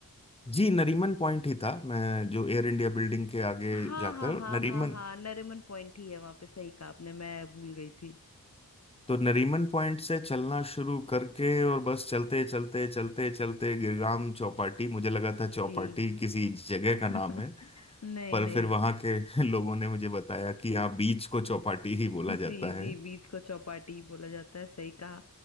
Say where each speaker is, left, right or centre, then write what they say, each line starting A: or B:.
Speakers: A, on the left; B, on the left.
A: जी नरीमन पॉइंट ही था मैं जो एयर इंडिया बिल्डिंग के आगे
B: हाँ
A: जाकर
B: हाँ हाँ
A: नरीमन
B: हाँ हाँ नरीमन पॉइंट ही है वहां पे सही कहा आपने मैं भूल गई थी
A: तो नरीमन पॉइंट से चलना शुरू करके और बस चलते चलते चलते चलते गिरगाम चौपाटी मुझे लगा था चौपाटी
B: जी
A: किसी जगह
B: <laughs>
A: का नाम है
B: नहीं
A: पर
B: नहीं
A: फिर वहां के <laughs> लोगों ने मुझे बताया कि यहाँ बीच को चौपाटी ही बोला
B: जी
A: जाता
B: जी
A: है।
B: बीच को चौपाटी बोला जाता है सही कहा